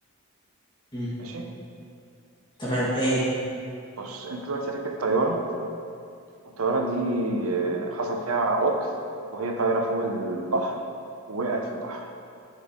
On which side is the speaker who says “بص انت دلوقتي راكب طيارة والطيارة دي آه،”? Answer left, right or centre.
Right